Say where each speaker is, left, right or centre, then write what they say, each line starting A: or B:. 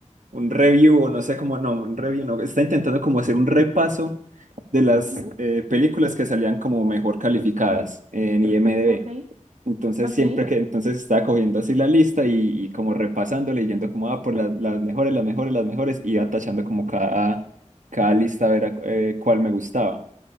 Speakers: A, on the right; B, on the right.
A: un review, o no sé cómo, no, un review, no, está intentando como hacer un repaso de las
B: Ujú,
A: eh, películas que salían como mejor calificadas en IMDb.
B: Ok,
A: Entonces,
B: ok.
A: siempre que, entonces estaba cogiendo así la lista y, y como repasando, leyendo como, ah, por las, las mejores, las mejores, las mejores, iba tachando como cada, cada lista a ver a- eh, cuál me gustaba.